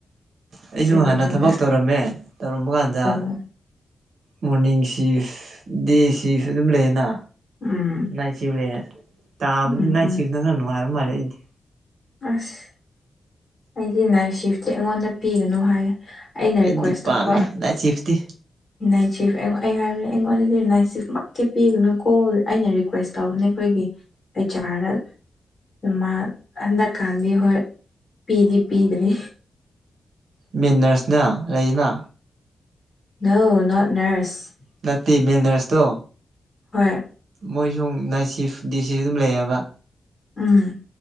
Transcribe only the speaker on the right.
ꯑꯩꯁꯨ
ꯍꯥꯟꯅ ꯊꯕꯛ ꯇꯧꯔꯝꯃꯦ ꯇꯧꯔꯝꯕ ꯀꯥꯟꯗ
ꯃꯣꯔꯅꯤꯡ ꯁꯤꯐ ꯗꯦ ꯁꯤꯐ ꯑꯗꯨꯝ ꯂꯩꯌꯦꯅ
ꯅꯥꯆꯤꯐꯂꯦ ꯇꯥꯕꯗꯤ
ꯅꯥꯏꯆꯤꯐꯅ
ꯈꯔ ꯅꯨꯡꯉꯥꯏꯕ ꯃꯥꯜꯂꯦ ꯑꯩꯗꯤ
ꯑꯩꯗꯤ
ꯄꯥꯝꯃꯦ ꯅꯥꯏꯠ ꯁꯤꯐꯇꯤ
ꯃꯦꯟꯅꯔꯁꯅ ꯂꯩꯅ
ꯅꯠꯇꯦ ꯃꯦꯜ ꯅꯔꯁꯇꯣ
ꯃꯣꯏꯁꯨ ꯅꯥꯏꯠ ꯁꯤꯐꯗꯤ ꯁꯤꯗꯁꯨꯝ ꯂꯩꯌꯦꯕ